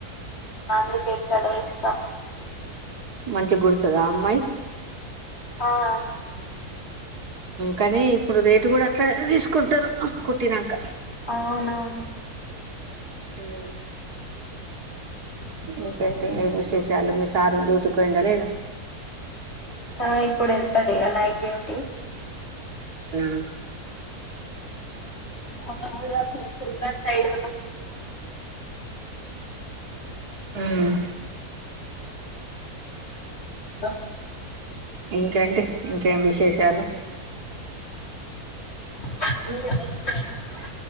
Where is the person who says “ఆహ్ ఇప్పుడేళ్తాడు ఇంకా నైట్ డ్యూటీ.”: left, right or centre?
Left